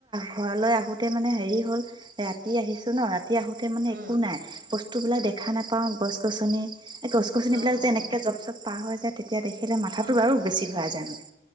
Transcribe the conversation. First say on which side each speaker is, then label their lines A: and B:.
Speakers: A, on the right; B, on the right.
A: ঘৰলৈ আহোতে মানে হেৰি হ'ল ৰাতি আহিছো ন ৰাতি আহোতে মানে
B: উম,
A: একো নাই বস্তু। বসু বিলাক দেখা নোপাও গছ গছ গছ গছন
B: অ',
A: বিলাক যে
B: অ',
A: এনেকে জ জপ পাৰ হয় যায় তেতিয়া দেখিলে ম
B: অ',
A: বাৰু বেছি ঘোৰাই যায় মানে